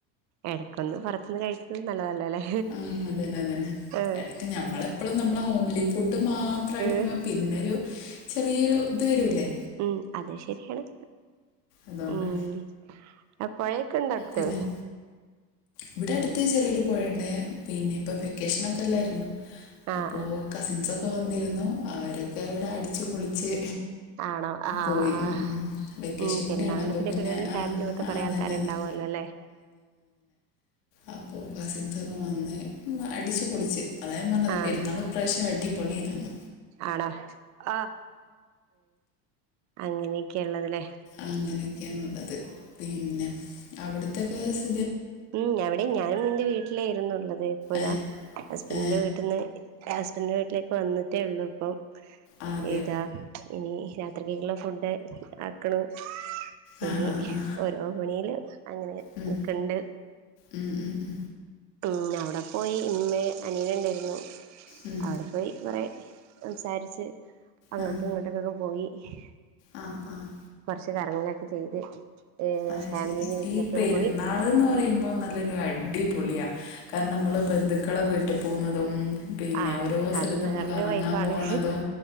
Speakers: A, on the right; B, on the left.
A: എടക്കൊന്ന് പൊറത്ത്ന്ന് കഴിപ്പു നല്ലതാ ഇല്ലല്ലേ
B: ആ അതന്നെ അതന്നെ
A: ഏ
B: ഇടയ്ക്ക് നമ്മളെപ്പോഴും <unintelligible> ഫുഡ് മാത്ര അടിക്കുമ്പോ
A: ഏ
B: പിന്നൊരു ചെറിയൊരു ഇത് വരൂല്ലേ
A: ഉം അത് ശരിയാണ്
B: അതുകൊണ്ടാണ്
A: ഉം അ പഴേ ക്കിണ്ടോ അടുത്ത്
B: പിന്നെ ഇവിടെ അടുത്ത് ചെറിയൊരു പോഴയുണ്ട് പിന്നെ ഇപ്പൊ വെക്കേഷനൊക്കല്ലാരുന്നോ
A: ആഹ്
B: അപ്പൊ
A: ആഹ്
B: കസിൻസൊ ഇപ്പൊ വന്നിരുന്നു അവരൊക്കെ ഇവിടെ അടിച്ചു പൊളിച്ച്
A: ആണോ ആഹ്
B: പോയി
A: ആഹ്
B: ഉം ഉം വെക്കേഷൻ
A: ഉം പെരുന്നാളിന്
B: കൂടിയാണ് അപ്പോൾ
A: പിന്നെടെ
B: പിന്നെ ആ
A: ഫാമിലി മൊത്തം
B: ആ
A: കൊറെ
B: അതന്നെ
A: ആൾക്കാര്
B: അതന്നെ
A: ഇണ്ടാവുമല്ലോല്ലേ
B: അപ്പൊ കസിൻസൊക്കെ വന്നേ അടിച്ചു പൊളിച്ച് അതാ ഞാൻ പറഞ്ഞത്
A: ആഹ്
B: പെരുന്നാള് ഇപ്രാവശ്യം അടി അടിപൊളിയായിരുന്നു
A: ആണോ ആഹ് അങ്ങനെയൊക്കെയുള്ളുത്ല്ലെ
B: അങ്ങനൊക്കെയാണിള്ളത് പിന്നെ അവിടത്തെ ക്കെസ്
A: ഉം അവിടെ ഞാനും ഇന്റെ വീട്ടിലായിരുന്നുള്ളത് ഇപ്പോ ഇതാ
B: ഏ
A: ഹസ്ബൻഡിന്റെ
B: ഏ
A: വീട്ടിന്ന് ഹസ്ബൻ്റിൻ്റെ വീട്ടിലേക്ക് വന്നിട്ടേ ഒള്ളൂ ഇപ്പം
B: ആ അതെയോ
A: ഏതാ ഇനി രാത് <unintelligible> രാത്രിക്ക്ക്കുളള ഫുഡ് ആക്ക്ണു ഇനി
B: ആ ആ ആ
A: ഓരോ മണിയില് അങ്ങനെ
B: ഉം
A: നിക്കണ്ണ്ട്
B: ഉം ഉം ഉം
A: ഉം ആഹ് പോയി ഇമ്മേ അനിയൻ ഇണ്ടായിരുന്നു
B: ഉം
A: അവടെ പോയി കൊറെ സംസാരിച്ച് അങ്ങോട്ടും
B: ഉം
A: ഇങ്ങോട്ടൊക്കൊക്കെ പോയി ഏഹ്
B: ആഹ് ആഹ് ആഹ്
A: കൊറച്ച് കാര്യങ്ങളൊക്കെ ചെയ്ത് ഏഹ്
B: ആഹ്
A: ഫാമിലീന്റെ
B: ശെരി
A: വീട്ടിലേക്കൊക്കെ
B: ഈ പെരുന്നാള്
A: പോയി
B: എന്ന് പറയുമ്പോ നല്ലൊരു അടിപൊ ളിയാ കാര്ണം നമ്മള് ബന്ധുക്കളെ വീട്ട് വീട്ടി പോകുന്നതും പിന്നെ
A: ആഹ്
B: ഓരോ സ്ഥലത്ത്
A: അത് വേറൊരു
B: നമ്മള് കറങ്ങാൻ
A: വൈബാണ്
B: പോണതും